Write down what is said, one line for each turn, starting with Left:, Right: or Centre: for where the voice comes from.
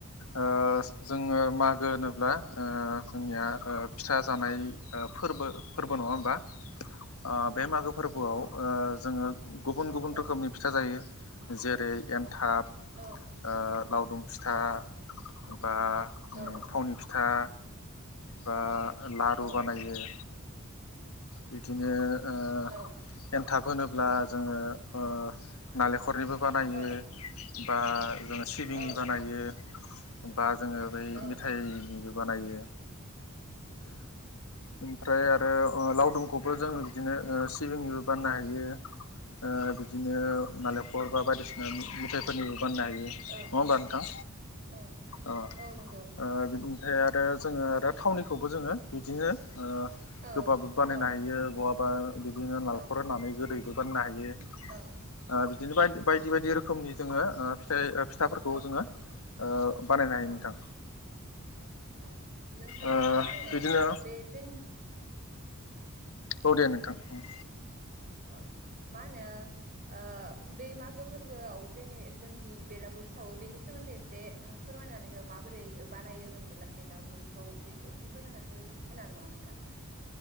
Left: ओ जोङो मागो होनोब्ला ओ जोंनिया ओ फिथा जानाय ओ फोर्बो फोर्बो नङा होमबा? ओ बे मागो फोरबोआव ओ जोङो गुबुन गुबुन
Right: औ
Left: रोखोमनि फिथा जायो। जेरै एन्थाब
Right: औ
Left: ओ लावदुम फिथा बा
Right: औ
Left: थावनि फिथा बा लारु
Right: औ
Left: बानायो
Right: औ
Left: बिदिनो ओ
Right: औ
Left: एन थाखो होनोब्ला जोङो ओ नालेंखरनिबो बानायो।
Right: औ
Left: बाह जोङो सिबिंनि
Right: औ
Left: बानायो। बा जोङो बै
Right: औ
Left: मिथाइनिबो बानायो ओमफ्राय आरो ओ लाव दुमखौबो जोङो बिदिनो ओ सिबिंनिबो बानायनो हायो। बियो ओ बि बिदिनो नालेंखल बा बायदिसि <unintelligible> मिथाइफोरनि बाननो हायो नङा
Right: औ
Left: होमबा नोंथां?
Right: औ औ
Left: ओ ओ
Right: औ नंगौ नंगौ
Left: बि नाथाय आरो जोङो आरो थावनिखौबो जोङो बिदिनो ओ
Right: औ
Left: गोबाबो बानायनो
Right: औ
Left: हायो। बहाबा बिदिनो नालेखर
Right: औ
Left: होनानै गोदै <unintelligible> हायो ओ
Right: औ
Left: बिदिनो
Right: औ
Left: बाय बायदि बायदि रोखोमनि जोङो फिथाइ फिथाफोरखौ
Right: औ
Left: जोङो ओ बानायनो हायो
Right: औ
Left: नोंथां।
Right: औ नोंथाङा
Left: ओ
Right: मा होनो
Left: बिदिनो
Right: बे जों
Left: औ दे नोंथां उम।
Right: <unintelligible> मा होनो ओ बै मागो फोरबोआव जेन जोंदि बेलागुर सावो बेनि सोमोन्दै एसे ओ फोरमायनानै हो माबोरै बानायो जों बे बेलागुरखौ बेखौ एसे फोरमायना हो होनो हागोन नामा नोंथां?